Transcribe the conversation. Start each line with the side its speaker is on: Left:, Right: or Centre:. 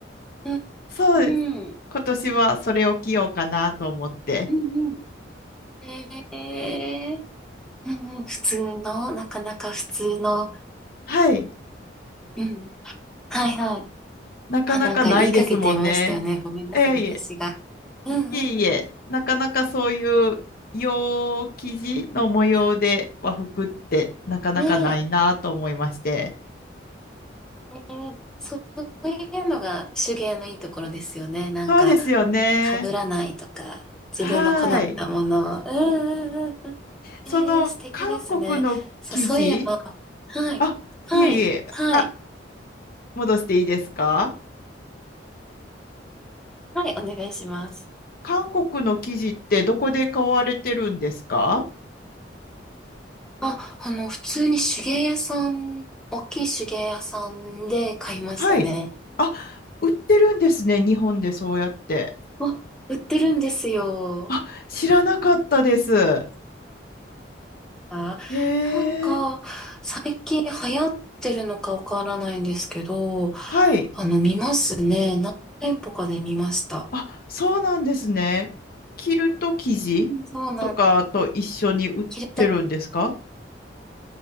Centre: うん、
Left: そうです。
Centre: うん、
Left: 今年はそれを着ようかなと思って。
Centre: うん、うん。ええうんうん、普通の、なかなか普通の、
Left: はい。
Centre: うん。はいはい。
Left: なかなかないですもんね。
Centre: あ、なんか言いかけてましたよね。ごめんなさい、
Left: ええいえ、
Centre: 私が。うんうん
Left: いえいえ、なかなかそういう洋生地の模様で和服ってなかなかないなと思いまして。
Centre: うん。ねえ、ええそういうのが手芸のいいところですよね。なんか、
Left: そうですよね。
Centre: 被らないとか、
Left: はい。
Centre: 自分の好みなものを。うんうんうん。
Left: その韓国の生地
Centre: ええ、素敵ですね。さ、そういえばはい。
Left: あ、
Centre: はい。
Left: いえいえ、
Centre: はい。
Left: あ、戻していいですか
Centre: はい、お願いします。
Left: 韓国の生地ってどこで買われてるんですか
Centre: あ、あの、普通に手芸屋さん大きい手芸屋さんで買いましたね。
Left: はい。あ、売ってるんですね、日本でそうやって。
Centre: あ、売ってるんですよ。
Left: あ、知らなかったです。
Centre: あ、
Left: へ
Centre: なんか、
Left: え、
Centre: 最近流行ってるのかわからないんですけど、
Left: はい。
Centre: あの、見ますね。何店舗かで見ました。
Left: あ、そうなんですね。キルト生地とかと一緒に売ってるんですか
Centre: うん、そうなの。キルト